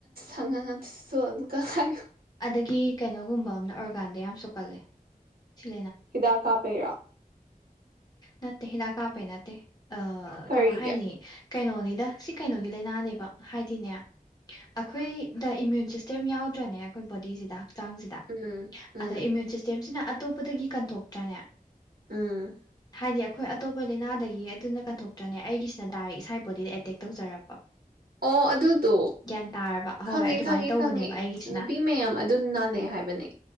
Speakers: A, on the right; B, on the left.
A: ꯑꯪ ꯉꯅ ꯁꯣꯗ ꯀꯥꯏ
B: ꯑꯗꯒꯤ ꯀꯩꯅꯣꯒꯨꯝꯕ ꯑꯃꯅ ꯑꯣꯔꯒꯥꯟꯗ ꯌꯥꯝ ꯁꯣꯛꯀꯜꯂꯦ ꯁꯤ
A: ꯍꯤꯗꯥꯛ ꯀꯥꯄꯩꯔꯥ
B: ꯅꯇꯩ ꯍꯗ ꯀꯥꯄꯦꯅꯥ ꯑ
A: ꯀꯔꯤꯒꯤ
B: ꯀꯃꯥꯏ ꯍꯥꯏꯅꯤ ꯀꯩꯅꯣꯅꯤꯗ ꯁꯤ ꯀꯩꯅꯣꯒꯤ ꯂꯥꯏꯅꯥꯅꯦꯕ ꯍꯥꯏꯗꯤꯅꯦ ꯑꯩꯈꯣꯏꯗ ꯏꯃ꯭ꯌꯨꯟ ꯁꯤꯁꯇꯦꯝ ꯌꯥꯎꯗ꯭ꯔꯅꯦ ꯑꯩꯈꯣꯏ ꯕꯣꯗꯤꯁꯤꯗ ꯍꯛꯆꯥꯡꯁꯤꯗ
A: ꯎꯝ ꯎꯝ
B: ꯑꯗ ꯏꯃ꯭ꯌꯨꯟ ꯁꯤꯁꯇꯦꯝꯁꯤꯅ ꯑꯇꯣꯞꯄꯗꯒꯤ ꯀꯟꯊꯣꯛꯇ꯭ꯔꯅꯦ
A: ꯎꯝ
B: ꯍꯥꯏꯗꯤ ꯑꯩꯈꯣꯏ ꯑꯇꯣꯞꯄ ꯂꯩꯥꯏꯅꯥꯗꯒꯤ ꯑꯗꯨꯅ ꯀꯟꯊꯣꯛꯇ꯭ꯔꯅꯦ ꯑꯩꯒꯤꯁꯤꯅ ꯗꯥꯏꯔꯦꯛ ꯏꯁꯥꯥꯏ ꯕꯣꯗꯤꯗ ꯑꯦꯇꯦꯛ ꯇꯧꯖꯔꯛꯄ
A: ꯑꯣ ꯑꯗꯨꯗꯣ
B: ꯒ꯭ꯌꯥꯟ ꯇꯥꯔꯕ ꯍꯣꯏ
A: ꯈꯪꯉꯦ
B: ꯍꯣꯏ ꯑꯗꯨꯃꯥꯏꯅ
A: ꯈꯪꯉꯦ
B: ꯇꯧꯕꯅꯦꯕ
A: ꯈꯪꯉꯦ
B: ꯑꯩꯒꯤꯁꯤꯅ
A: ꯅꯨꯄꯤ ꯃꯌꯥꯝ ꯑꯗꯨ ꯅꯥꯟꯅꯩ ꯍꯥꯏꯕꯅꯦ